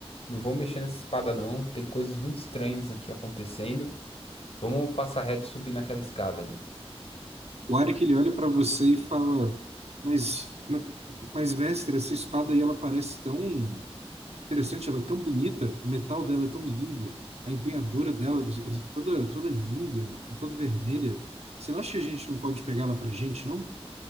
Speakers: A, on the left; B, on the right.
A: Não vou mexer nessa espada, não. Tem coisas muito estranhas aqui acontecendo. Vamos passar reto e subir naquela escada ali.
B: O Arik, ele olha para você e fala, mas, mas, mestre, essa espada aí, ela parece tão interessante, ela é tão bonita, o metal dela é tão lindo, a empunhadura dela é toda, toda linda, toda vermelha. Você não acha que a gente não pode pegar ela pra gente, não?